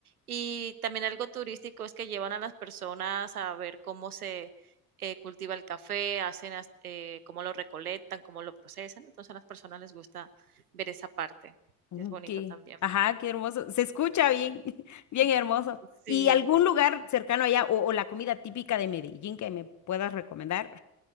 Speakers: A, on the right; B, on the left.
A: y también algo turístico es que llevan a las personas a ver cómo se eh, cultiva el café, hacen as- eh, cómo lo recolectan, cómo lo procesan, entonces a las personas les gusta ver esa parte
B: ujú,
A: y es bonito
B: qué-
A: también.
B: Ajá, qué hermoso. Se escucha bien, <laughs> bien hermoso.
A: Sí.
B: ¿Y algún lugar cercano allá o, o la comida típica de Medellín que me puedas recomendar?